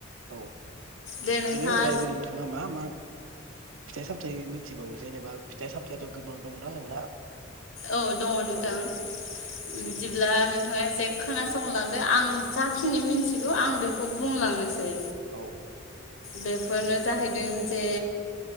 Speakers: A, on the right; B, on the left.
A: औ बेनि
B: दे नोंथाङा
A: अनगायैबो नोंथाङा मा मा फिथाइ सामथायाइ मिथिबावो जेनेबा फिथाइ सामथाययाथ गोबां दंना जोंना।
B: औ दङ नोंथां
A: औ
B: बिदिब्ला नोंथाङा एसे खोनासंलांदो आं जाखिनि मिन्थिगौ आं बेखौ बुंलांनोसै।
A: औ बुं।
B: बेफोरनो जाहैदों जे